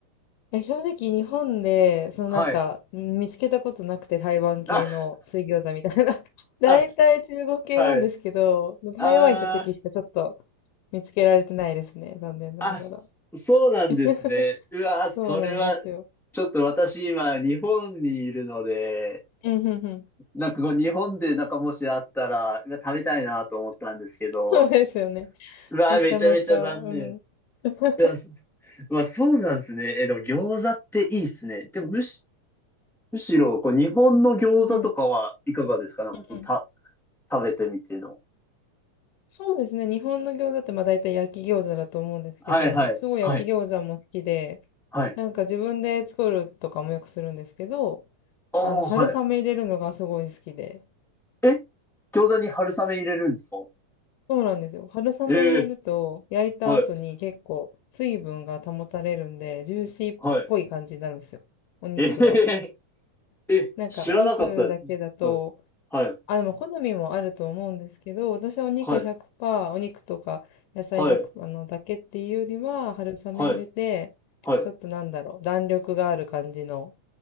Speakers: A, on the left (about 80°); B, in the centre.
A: え、正直日本で、そのなんか、
B: はい。
A: うん見つけたことなくて台湾系の水餃子みたいな。
B: あ、
A: <laughs>
B: <laughs>
A: 大体中国系なんですけど、
B: あ、はい。ああ。
A: 台湾行った時しかちょっと見つけられてないですね。残念ながら。
B: あ、そそうなんですね。
A: <laughs>
B: うわ、それは、
A: そうなんですよ。
B: ちょっと私今、日本にいるので、
A: うん、うん、うん。
B: なんかこう、日本でなんかもしあったら、うわ食べたいなと思ったんですけど、
A: そうですよね。
B: うわ、
A: なかなか、
B: めちゃめちゃ残念。
A: うん。<laughs>
B: いや、そまあ、そうなんですね。え、でも餃子っていいっすね。でもむし、むしろ、こう、日本の餃子とかはいかがですかなんかそう、
A: うんうん。うん。
B: た、食べてみての。
A: そうですね。日本の餃子ってまあ大体焼き餃子だと思うんですけど、
B: はいはい、
A: すごい焼き餃子も好きで、
B: はい、はい。
A: なんか自分で作るとかもよくするんですけど、
B: ああ、
A: あの、春雨入れるのがすごい好きで。
B: はい。え、餃子に春雨入れるんですか
A: そうなんですよ。春雨入れると焼いた後に結構水分が保たれるんで、
B: ええはい
A: ジューシーっぽい感じになるんですよ。
B: はい。
A: お肉が。
B: えへへえ、
A: なんかお肉だけだと、
B: 知らなかったですね。はい。はい。
A: あ、でも好みもあると思うんですけど、私はお肉100%、
B: はい。
A: お肉とか野菜100%
B: はい。
A: あのだけっていうよりは、春雨入れて、
B: はい。はい。
A: ちょっとなんだろう、弾力がある感じの